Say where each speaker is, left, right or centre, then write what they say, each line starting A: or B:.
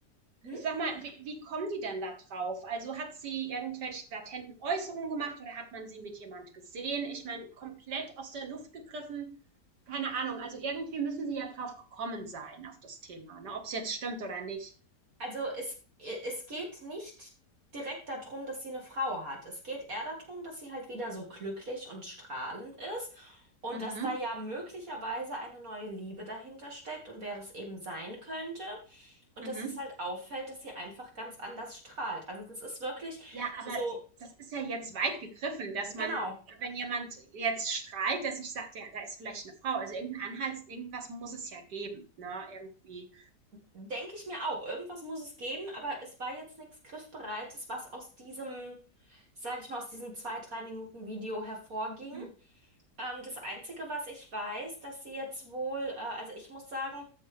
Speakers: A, on the right; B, on the right.
A: hm,
B: Sag mal, wie, wie kommen die denn da drauf? Also hat sie irgendwelche latenten Äußerungen gemacht oder hat man sie mit jemand gesehen? Ich meine, komplett aus der Luft gegriffen. Keine Ahnung. Also irgendwie müssen sie ja drauf gekommen sein auf das Thema, ne? Ob es jetzt stimmt oder nicht.
A: Also es, äh, es geht nicht direkt darum, dass sie eine Frau hat. Es geht eher darum, dass sie halt wieder so glücklich und strahlend ist und
B: Mhm,
A: dass da ja möglicherweise eine neue Liebe dahinter steckt und wer das eben sein könnte. Und
B: mhm.
A: dass es halt auffällt, dass sie einfach ganz anders strahlt. Also das ist wirklich
B: Ja, aber
A: so,
B: das ist ja jetzt weit gegriffen, dass man,
A: genau,
B: wenn jemand jetzt strahlt, dass ich sage, ja, da ist vielleicht eine Frau. Also irgendein Anhalt, irgendwas muss es ja geben, ne? Irgendwie.
A: denke ich mir auch. Irgendwas muss es geben, aber es war jetzt nichts Griffbereites, was aus diesem, sage ich mal, aus diesem zwei, drei Minuten Video hervorging.
B: Hm.
A: Ähm, das Einzige, was ich weiß, dass sie jetzt wohl, äh, also ich muss sagen,